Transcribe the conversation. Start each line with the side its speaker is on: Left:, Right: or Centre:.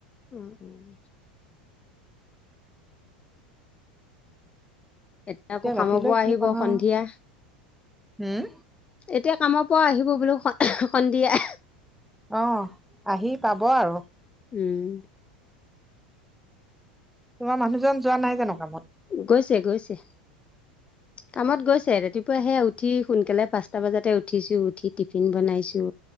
Left: উম'-উম'। এতিয়া আকৌ কামৰ
Centre: ৰাতিলৈ
Left: পৰা
Centre: কি
Left: আহিব
Centre: বনাও
Left: সন্ধিয়া।
Centre: হম
Left: এতিয়া কামৰ পৰা আহিব বোলো সন্দিয়া।
Centre: অঁ আহি পাব আৰু।
Left: উম।
Centre: তোমাৰ মানুহজন যোৱা নাই জানো কামত?
Left: গৈছে গৈছে কামত গৈছে ৰাতিপুৱা সে উঠি। সোনকালে পাঁচটা বজাতে উঠিছো, উঠি টিফিন বনাইছো,